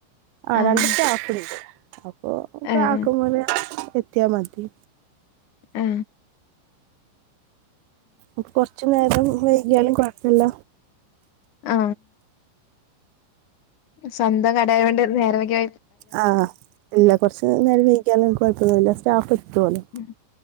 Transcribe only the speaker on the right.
ആ
രണ്ട് സ്റ്റാഫുണ്ട് അപ്പൊ കാകും
പോലെ എത്തിയാ മതി
അപൊ കൊറച്ചു നേരം വൈകിയാലും കുഴപ്പില്ല
ആ ഇല്ല കൊറച്ച് നേരം വൈകിയാല് കൊഴപ്പൊന്നുമില്ല സ്റ്റാഫ് എത്തൂലൊ